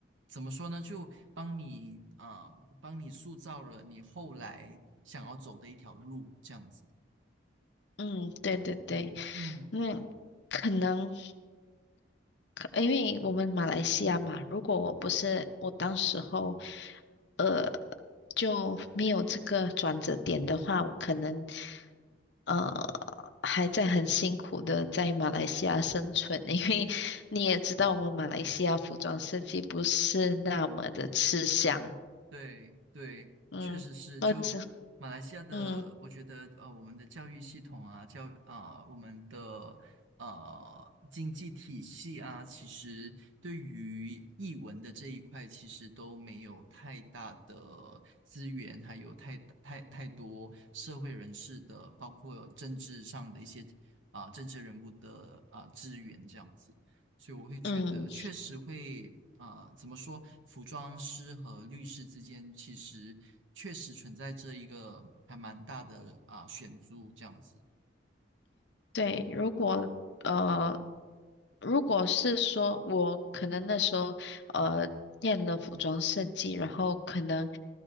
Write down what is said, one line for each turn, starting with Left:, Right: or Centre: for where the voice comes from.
Right: 怎么说呢？就帮你啊、帮你塑造了你后来想要走的一条路，这样子。
Left: 嗯，对对对，
Right: 嗯，
Left: 那可能。可因为我们马来西亚嘛，如果我不是我当时候，呃，就没有这个转折点的话，我可能呃还在很辛苦的在马来西亚生存，<laughs> 因为你也知道我们马来西亚服装设计不是那么的吃香，
Right: 对对，
Left: 嗯，
Right: 确实是。
Left: 我只
Right: 就马来西亚的，
Left: 嗯
Right: 我觉得呃，我们的教育系统啊，教啊、我们的呃经济体系啊，其实对于译文的这一块，其实都没有太大的资源，还有太太太多社会人士的，包括政治上的一些啊、政治人物的啊、资源这样子。所以我会觉得确实会，
Left: 嗯
Right: 啊，怎么说，服装师和律师之间其实确实存在着一个还蛮大的啊、选租这样子，
Left: 对，如果。呃。如果是说我可能那时候呃念了服装设计，然后可能